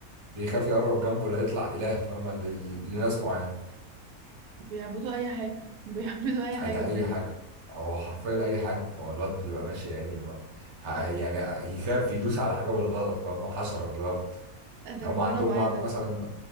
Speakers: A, on the right (about 30°); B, on the right (about 80°).
A: بيخاف يقرب جنبه لا يطلع إله فاهمة ل- ل- لناس معينة
B: بيعبدوا أي حاجة بيعبدوا أي حاجة
A: ده
B: بجد
A: اي حاجه هو حرفيا اي حاجه هو الواد بيبقى ماشي يعني ما... ه- يعني يخاف يدوس على حاجه بالغلط فاهم حشره بالغلط
B: لا ده
A: هم
B: ربنا
A: عندهم
B: معايا
A: مع-
B: ده
A: مثلا
B: <laughs>